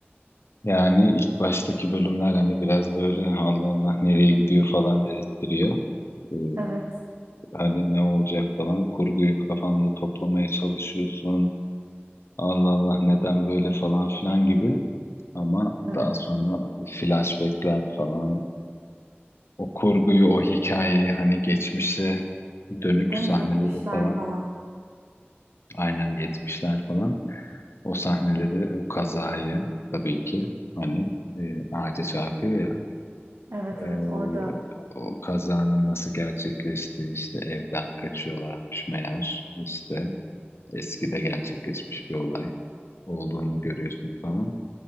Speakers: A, on the left; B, on the right.
A: Yani ilk baştaki bölümler hani biraz böyle Allah Allah nereye gidiyor falan dedirttiriyor. Ee,
B: Evet,
A: hani ne olacak falan kurguyu kafanda toplamaya çalışıyorsun. Allah Allah neden böyle falan filan gibi. Ama
B: evet.
A: daha sonra flashbackler falan O kurguyu, o hikayeyi hani geçmişe dönük
B: Değil
A: sahneleri
B: mi? 70'ler
A: falan.
B: falan.
A: Aynen yetmişler falan. O sahneleri, o kazayı tabii ki hani e, ağaca çarpıyor ya.
B: Evet,
A: e,
B: evet. Orada
A: o kazanın nasıl gerçekleştiği işte evden kaçıyorlarmış meğer işte eskide gerçekleşmiş bir olay olduğunu görüyorsun falan.